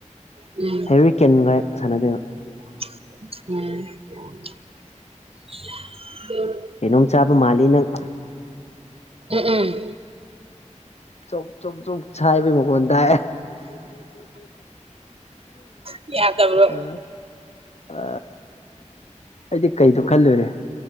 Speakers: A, on the right; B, on the left.
A: ꯎꯝ
B: ꯍꯦꯔꯤ ꯀꯦꯟꯒ ꯁꯥꯟꯅꯗꯣꯏꯕ
A: ꯎꯝ
B: ꯀꯩꯅꯣꯝ ꯆꯥꯕ ꯃꯥꯜꯂꯤ ꯅꯪ
A: ꯎꯝ ꯎꯝ
B: ꯆꯞ ꯆꯞ ꯆꯨꯞ ꯁꯥꯏꯕꯩ ꯃꯣꯟ ꯇꯥꯏ
A: ꯌꯥꯗꯕ꯭ꯔꯣ
B: ꯎꯝ ꯑ ꯑꯩꯗꯤ ꯀꯩꯗꯣ ꯈꯜꯂꯨꯔꯦ